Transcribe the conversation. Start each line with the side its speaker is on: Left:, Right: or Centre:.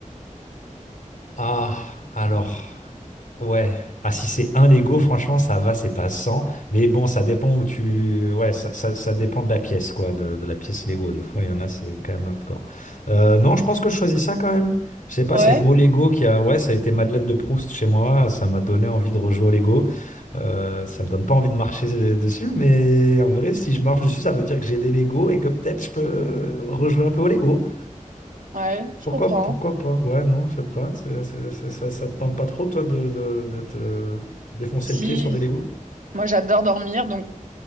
Left: Ah, alors. Ouais. Ah, si c'est un Lego, franchement, ça va, c'est pas 100. Mais bon, ça dépend où tu. Ouais, ça, ça- ça dépend de la pièce, quoi, de, de la pièce Lego. Des fois, il y en a, c'est quand même hardcore. Euh, non, je pense que je choisis ça quand même. Je sais pas,
Right: Ouais.
Left: c'est le mot Lego qui a. Ouais, ça a été Madeleine de Proust chez moi. Ça m'a donné envie de rejouer au Lego. Euh, ça me donne pas envie de marcher dessus, mais en vrai, si je marche dessus, ça veut dire que j'ai des Lego et que peut-être je peux rejouer un peu au Lego.
Right: Ouais, je
Left: Pourquoi,
Right: comprends.
Left: pourquoi pas? Ouais, non, je sais pas. c'est- c'est- c'est- ça, ça te tente pas trop, toi, de, de- de te défoncer
Right: Si,
Left: le pied sur des Legos?
Right: moi j'adore dormir, donc